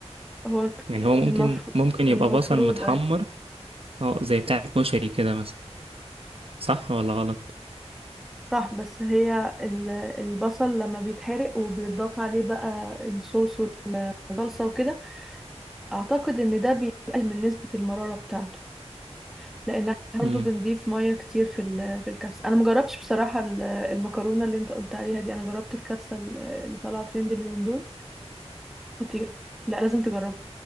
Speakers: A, in the centre; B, on the right (about 55°).
A: هو
B: يعني هو ممكن
A: المفروض
B: ممكن
A: المفروض
B: يبقى بصل متحمر
A: ايوه
B: اه زي بتاع الكشري كده مثلا صح ولا غلط
A: صح بس هي ال- البصل لما بيتحرق وبيتضاف عليه بقى الصوص والصلصه وكده اعتقد ان ده بيقلل من نسبه المراره بتاعته لان احنا برضو
B: امم
A: بنضيف ميه كتير في ال- في الكبسه انا مجربتش بصراحه ال- المكرونه اللي انت قلت عليها دي انا جربت الكبسه ال- اللي طالعه ترند اليومين دول خطيره لا لازم تجربها